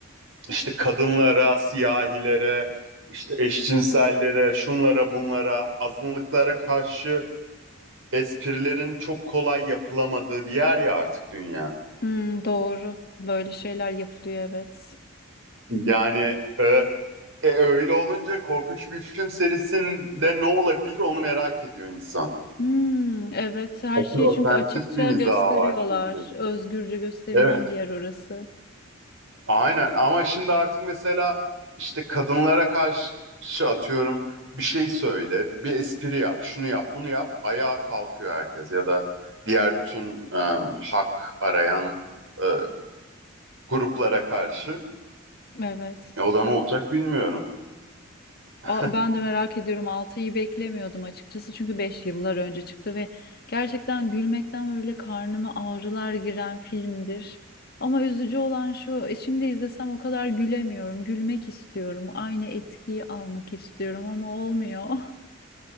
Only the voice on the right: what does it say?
işte kadınlara, siyahilere, işte eşcinsellere, şunlara bunlara, azınlıklara karşı esprilerin çok kolay yapılamadığı bir yer ya artık dünya.
Yani e, e, öyle olunca korkunç bir film serisinde ne olabilir onu merak ediyor insan.
Aslında
ofensif
bir mizahı
var çünkü.
Evet,
Aynen ama şimdi artık mesela işte kadınlara karşı atıyorum bir şey söyle, bir espri yap, şunu yap, bunu yap, ayağa kalkıyor herkes ya da diğer bütün e, hak arayan e, gruplara karşı.
E, o da ne olacak bilmiyorum. <laughs>